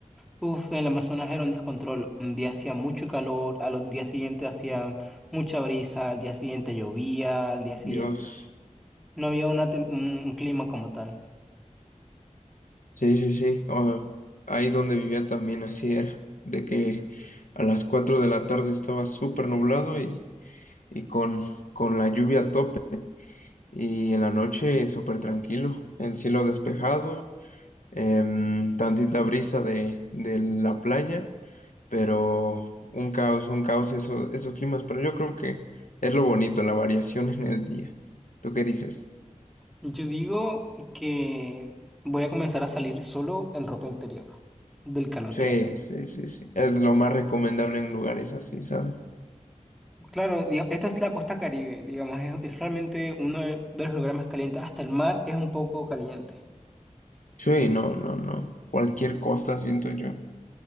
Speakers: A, in the centre; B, on the left.
A: Uf, el Amazonas era un descontrol. Un día hacía mucho calor, a los días siguientes hacía mucha brisa, al día siguiente llovía, al día siguiente
B: Dios.
A: no había una tem- un un clima como tal.
B: Sí, sí, sí. Ah, ahí donde vivía también así era, de que a las 4 de la tarde estaba súper nublado y, y con, con la lluvia a tope y en la noche súper tranquilo, el cielo despejado, em, tantita brisa de, de la playa pero un caos, un caos eso, esos climas, pero yo creo que es lo bonito, la variación <laughs> en el día. ¿Tú qué dices?
A: Yo digo que voy a comenzar a salir solo en ropa interior del calor
B: Sí,
A: que hace.
B: sí, sí, sí. Es lo más recomendable en lugares así, ¿sabes?
A: Claro, diga- esto es la costa Caribe, digamos, es, es realmente uno de de los lugares más calientes. Hasta el mar es un poco caliente.
B: Sí, no, no, no. Cualquier costa, siento yo.